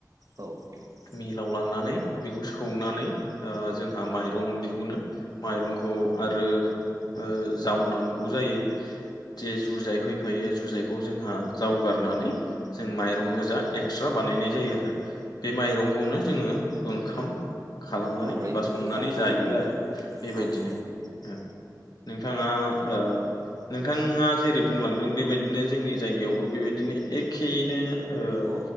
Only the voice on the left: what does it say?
मिलाव लांनानै बेखौ सौनानै ओ जोंहा माइरं दिहुनो माइरंखौ आरो ओ जावनांगौ जायो जे जुजाइ फैफायो जुजाइखौ जोंहा जावगारनानै जों माइरं गोजा ए क्सट्रा बानायनाय जायो आरो बे माइरंखौनो जोङो ओंखाम खालामनानै
बा संनानै
जायो आरो बेबायदिनो
ओ। नोंथाङा ओ नोंथाङा जेरै बुंलांदों बेबायदिनो जोंनि जायगायावबो बेबायदिनो एखेयैनो